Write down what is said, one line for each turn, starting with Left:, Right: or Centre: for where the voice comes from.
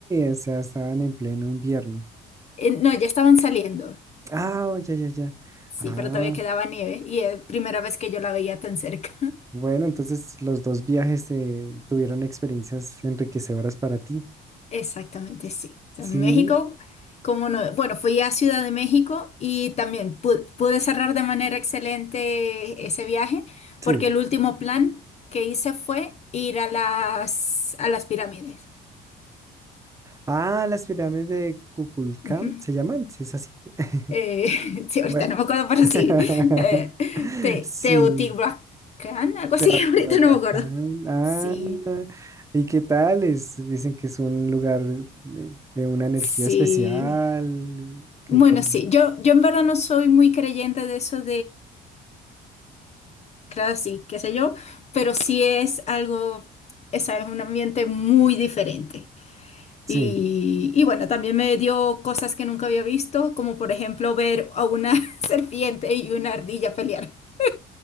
Right: o sea, estaban en pleno invierno.
Left: Eh, no, ya estaban saliendo,
Right: Ah, oh, ya, ya, ya.
Left: sí,
Right: Ah,
Left: pero todavía quedaba nieve y es la primera vez que yo la veía tan cerca.
Right: bueno, entonces los dos viajes eh, tuvieron experiencias enriquecedoras para ti.
Left: Exactamente, sí. O sea,
Right: Sí,
Left: en México, como no, bueno, fui a Ciudad de México y también pu- pude cerrar de manera excelente ese viaje,
Right: sí.
Left: porque el último plan que hice fue ir a las, a las pirámides.
Right: Ah, las pirámides de Kukulcán
Left: Ujú.
Right: se llaman, sí, es así. <laughs>
Left: Eh, <laughs> sí, ahorita
Right: Bueno,
Left: no me acuerdo, pero
Right: <laughs>
Left: sí. Eh, Te-
Right: sí,
Left: Teotihuacán, algo así,
Right: Teotihuacán.
Left: <laughs> ahorita no me acuerdo.
Right: Ah,
Left: Sí,
Right: ¿y qué tal? Es- dicen que es un lugar de, de una energía
Left: sí.
Right: especial. Que
Left: Bueno,
Right: como...
Left: sí, yo, yo en verdad no soy muy creyente de eso claro, sí, qué sé yo, pero sí es algo, esa es un ambiente muy diferente.
Right: Sí.
Left: Y, y bueno, también me dio cosas que nunca había visto, como por ejemplo ver a una <laughs> serpiente y una ardilla pelear. <laughs>